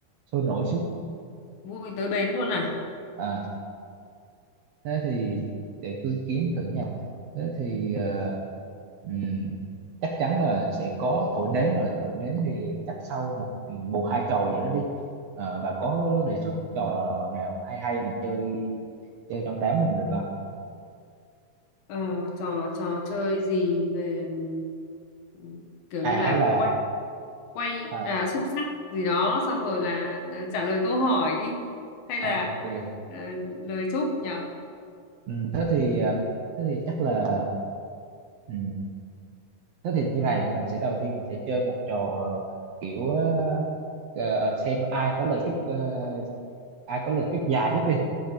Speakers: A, on the right; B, on the left.
A: sôi nổi xuống
B: Vui tới bến luôn à?
A: À, thế thì để cứ kiếm thử nha thế thì ờ, ừm, chắc chắn là sẽ có thổi nến rồi thổi nến thì chắc sau một ừ, một hai trò gì đó đi Ờ, bà có đề xuất trò nào hay hay mà chơi chơi trong đám mình được không
B: Ờ, trò trò chơi gì về ừm, kiểu
A: à
B: như là
A: hay là
B: quay quay
A: à,
B: à xúc xắc gì đó xong rồi là ờ, trả lời câu hỏi đi hay
A: ok
B: là ờ, lời chúc nhở
A: Ừ, thế thì à, thế thì chắc là ừ, thế thì như này mình sẽ đầu tiên mình sẽ chơi một trò kiểu ờ, ờ, xem ai có lời chúc ờ, ai có lời chúc dài nhất đi